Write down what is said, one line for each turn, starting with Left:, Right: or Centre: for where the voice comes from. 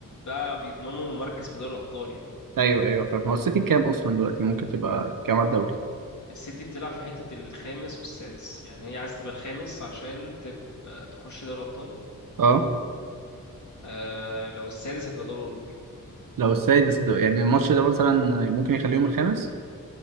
Left: بقى بيضمنوا مركز في دوري الابطال يعني
Right: ايوه ايوه فاهم هو السيتي كام اصلا دلوقتي ممكن تبقى كام على الدوري
Left: السيتي بتلعب في حته الخامس والسادس يعني هي عايزه تبقى الخامس عشان تبقى تخش دوري ابطال
Right: اه
Left: آه، لو السادس هتبقى دوري اوروبي
Right: لو السادس هتبقى- يعني الماتش ده مثلا ممكن يخليهم الخامس